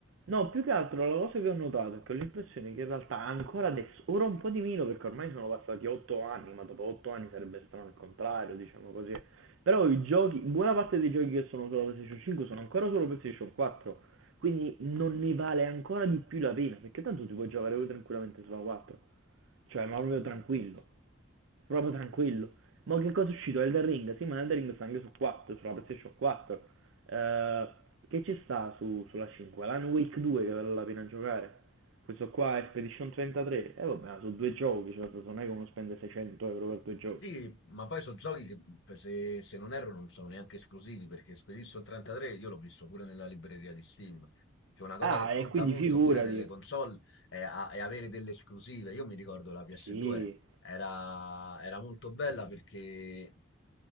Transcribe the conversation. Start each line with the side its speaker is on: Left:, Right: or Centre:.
Right: No, più che altro la cosa che ho notato è che ho l'impressione che in realtà ancora adesso, ora un po' di meno perché ormai sono passati otto anni, ma dopo otto anni sarebbe strano il contrario, diciamo così. Però i giochi, buona parte dei giochi che sono solo PlayStation 5 sono ancora solo PlayStation 4, quindi non ne vale ancora di più la pena, perché tanto ti puoi giocare pure tranquillamente sulla 4, cioè ma proprio
Left: punto.
Right: tranquillo proprio tranquillo. Ma che cosa è uscito? Elden Ring? Sì, ma Elden Ring sta anche su 4, sulla PlayStation 4. Eh, che ci sta su- sulla 5? L'Han Wake 2 che vale la pena giocare. Questo qua è Expedition 33. E eh, vabbè, ma sono due giochi, cioè, non è che uno spende 600 euro per due giochi.
Left: Sì, ma poi sono giochi che per- se, se non erro non sono neanche esclusivi perché Expedition 33 io l'ho visto pure nella libreria di Steam. Cioè una cosa
Right: Ah,
Left: che conta
Right: e quindi
Left: molto
Right: figurati.
Left: pure nelle console è, a- è avere delle esclusive. Io mi ricordo la PS2
Right: Sì,
Left: era, era molto bella perché,